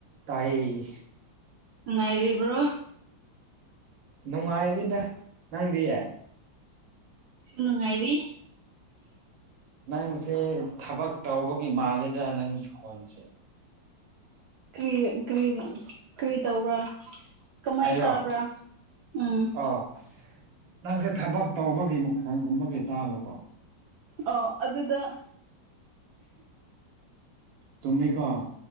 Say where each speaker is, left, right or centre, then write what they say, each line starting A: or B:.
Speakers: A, on the right; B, on the right.
A: ꯇꯥꯏꯌꯦ
B: ꯅꯨꯡꯉꯥꯏꯔꯤꯕ꯭ꯔꯣ
A: ꯅꯨꯡꯉꯥꯏꯔꯤꯗ ꯅꯪꯗꯤ
B: ꯑꯩꯁꯨ ꯅꯨꯡꯉꯥꯏꯔꯤ
A: ꯅꯪꯁꯦ ꯊꯕꯛ ꯇꯧꯕꯒꯤ ꯃꯥꯜꯂꯦꯗ ꯅꯪꯒꯤ ꯈꯣꯟꯁꯦ꯫
B: ꯀꯔꯤꯔ ꯀꯔꯤꯔ ꯀꯔꯤ ꯇꯧꯕ꯭ꯔꯥ? ꯀꯃꯥꯏ
A: ꯑꯩꯔꯣ
B: ꯇꯥꯕ꯭ꯔꯥ ꯎꯝ
A: ꯑꯣ ꯅꯪꯁꯦ ꯊꯕꯛ ꯇꯧꯕꯒꯤ ꯃꯈꯣꯟꯒꯨꯝꯕꯒꯤ ꯇꯥꯕꯀꯣ
B: ꯑꯣ ꯑꯗꯨꯗ
A: ꯆꯨꯝꯃꯤꯀꯣ